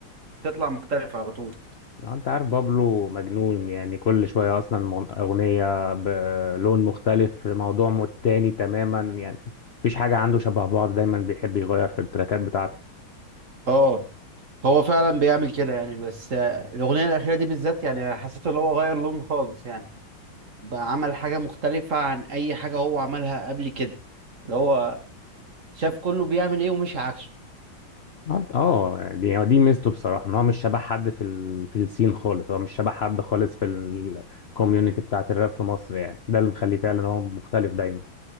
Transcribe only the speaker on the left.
اه انت عارف بابلو مجنون يعني كل شوية اصلا مغن- اغنية بلون مختلف في موضوع مت- تاني تماما يعني مفيش حاجة عنده شبه بعض دايما بيحب يغير في التراكات بتاعته
اه انت- اه دي دي ميزته بصراحة ان هو مش شبه حد في ال... في السين خالص هو مش شبه حد خالص في الكوميونتي بتاعت الراب في مصر يعني ده اللي مخليه فعلا هو مختلف دايما